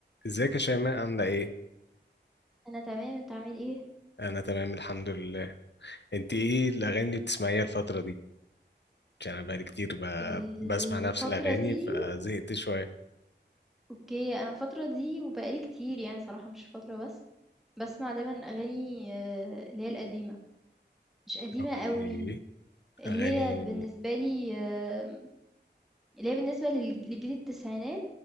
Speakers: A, on the left (about 70°); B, in the centre.
A: ازيك يا شيماء عاملة ايه؟
B: أنا تمام أنت عامل إيه؟
A: أنا تمام الحمد لله انت ايه الأغاني اللي بتسمعيها الفترة دي؟ عشان أنا بقالي كتير ب...
B: الفترة
A: بسمع نفس الأغاني
B: دي
A: فزهقت شوية
B: أوكي أنا الفترة دي وبقالي كتير يعني صراحة مش فترة بس بسمع دايما أغاني آه، اللي هي القديمة مش قديمة
A: اوكي
B: قوي اللي
A: أغاني
B: هي بالنسبة لي آه، اللي هي بالنسبة لل- لجيل التسعينات